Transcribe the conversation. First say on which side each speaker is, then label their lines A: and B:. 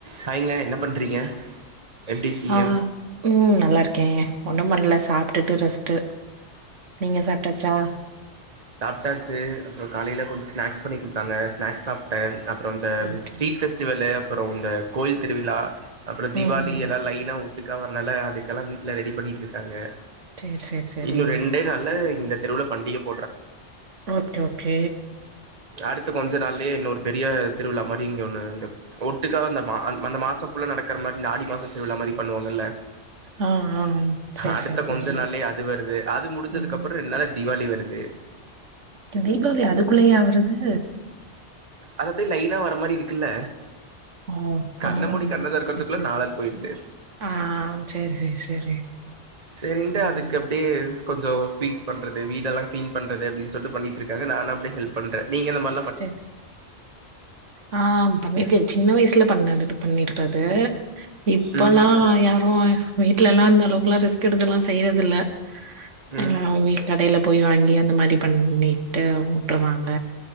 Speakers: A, on the right (about 35°); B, on the right (about 85°).
A: ஹாய்ங்க என்ன பண்றீங்க எப்டி இருக்கீங்க
B: ஆ ம் நல்லா இருக்கேங்க ஒண்ணும் பண்ல சாப்ட்டுட்டு ரெஸ்ட்டு நீங்க சாப்ட்டாச்சா
A: சாப்ட்டாச்சி அப்றொ காலைல கொஞ்சொ ஸ்நாக்ஸ் பண்ணிக் குடுத்தாங்க ஸ்நாக்ஸ் சாப்ட்ட அப் அப்றொ இந்த
B: ஓகே
A: ஸ்ட்ரீட் ஃபெஸ்டிவலு அப்பறொ இந்த கோயில் திருவிழா அப்றொ தீவாளி
B: ம்
A: எல்லா லைனா ஒட்டுக்கா வர்னால அதுக்கெல்லா வீட்ல ரெடி பண்ணியிட்ருக்காங்க
B: சேரி சேரி சேரி
A: இன்னு ரெண்டே நாள்ல இந்த தெருவுல பண்டிகப்
B: ஓகே ஓகே
A: அடுத்த கொஞ்ச நாள்லயே இன்னொரு பெரிய திருவிழா மாரி இங்க ஒன்னு இது ஒட்டுக்கா அந்த மா அந் அந்த மாசொ ஃபுல் நடக்கற மாரி இந்த ஆடி மாசொ திருவிழா மாரி பண்ணுவாங்கல்ல
B: ஆ ஆ சேரி
A: அடுத்த
B: சேரி சேரி
A: கொஞ்சொ நாள்லயே அது வருது அது முடிஞ்சதுக்கப்பறொ
B: ம்
A: ரெண் நாள்ல தீவாளி வரு து
B: தீபாவளி அதுக்குள்ளேயா வருது
A: அது அப்டே லைனா வர்ற மாரி இருக்குல்ல
B: ஓ
A: கண்ண
B: ம்
A: மூடி கண்ணத் தெறக்கற்த்துக்குள்ள
B: சேரி சேரி
A: நாளாட் போய்ருது
B: ஆ சேரி சேரி சேரி
A: சேரின்ட்டு
B: ம்
A: அதுக்கப்டே கொஞ்சொ ஸ்வீட்ஸ் பண்றது வீடல்லா க்ளீன் பண்றது அப்டின் சொல்ட்டு பண்ணிட்ருக்காங்க நானு அப்டி ஹெல்ப் பண்ற நீங்க இந்த மா
B: செ ஆ பண்ணியிருக்க சின்ன வயஸ் ல பண்ணதுன்ட்டு பண்ணிட்றது இப்பொல்லா
A: ம்
B: யாரு வீட்லேல்லா அந்த ளவுக்லா ரிஸ்க்கெடுத்துல்லா செய்றதில்ல
A: ம்
B: எல்லா ஒன்லி கடைல போய் வாங்கி அந்த மாரி பண்ணிட்டு உட்டுர்றாங்க